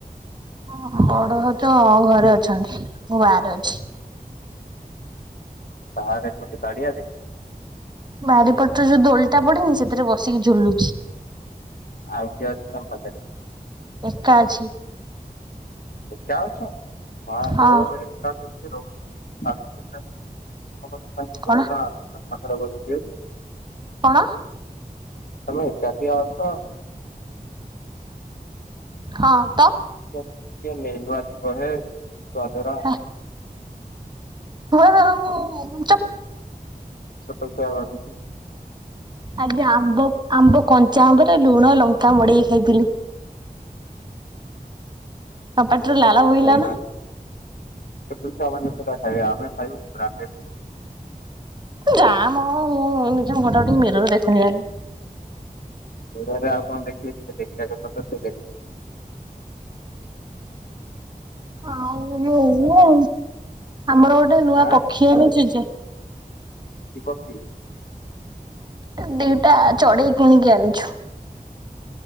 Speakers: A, on the right; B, on the left.
A: ବଡ ଭାଉଜ ଘରେ ଅଛନ୍ତି ମୁଁ ବାହାରେ ଅଛି।
B: ବାହାରେ କୋଉଠି ବାରିଆଡ।
A: ବାରିପଟରେ ଯୋଉ ଦୋଳିଟା ପଡିନି ସେଥିରେ ବସିକି ଝୁଲୁଛି।
B: ଆଉ କିଏ ଅଛି ତମ ପାଖରେ?
A: ଏକା ଅଛି।
B: ଏକା ଅଛ ମା
A: ହଁ।
B: ଲୋ ଏକା କେମିତି ରହୁଛ। କାହାକୁ କହୁନା
A: କଣ
B: ତମ ପାଖରେ ବସିବେ।
A: କଣ?
B: ହେଲୋ ଏକାଟିଆ ଅଛ?
A: ହଁ ତ।
B: କିଏ ନେଲ ଆସିବହେ ଯଆଦାର <unintelligible>
A: ଛୁଆ ଧର ମୁଁ ଚୋପ।
B: ସକାଳୁ ସକାଳୁ ଆସିଚୁ।
A: ଆଜ୍ଞା ଆମ୍ବ ଆମ୍ବ କଞ୍ଚା ଆମ୍ବରେ ଲୁଣ ଲଙ୍କା ମଡେଇକି ଖାଇଥିଲି। ମୋ ପାଟିରୁ
B: ଛୋଟ ଛୁଆ
A: ଲାଳ ବୋହିଲା
B: ସେଇନା
A: ନା
B: ଛୋଟ ଛୁଆ ମାନେ ସେଇରା ଖାଇବେ ଆମେ ଖାଇବୁ ବ୍ରାନ୍ଦେଡ
A: ଯା ମ ନିଜ ମୁହଁ ଟିକେ ମିରରେ ଦେଖନି ଜନି
B: ଚୋରାରେ ଆଉ କଣ ଦେଖିବି ଦେଖିବା କଥା ତ ସେ
A: ଆଉ ଯୋଉ ଆମର ଗୋଟେ ନୂଆ
B: ଆଁ
A: ପକ୍ଷୀ ଆଣିଚୁ ଯେ।
B: କି ପକ୍ଷୀ?
A: ଏ ଦିଟା ଚଢେଇ କିଣିକି ଆଣିଛୁ।